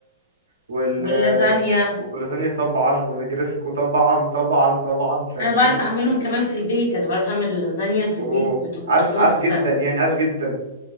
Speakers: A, on the right; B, on the left.
A: وال
B: واللازانيا
A: ولازانيا طبعا ونجرسكو طبعا طبعا طبعا فاهماني
B: انا بعرف اعملهم كمان في البيت انا بعرف اعمل اللازانيا في البيت
A: اوه
B: بتبقى
A: عاش
B: تحفة
A: عاش جدا يعني عاش جدا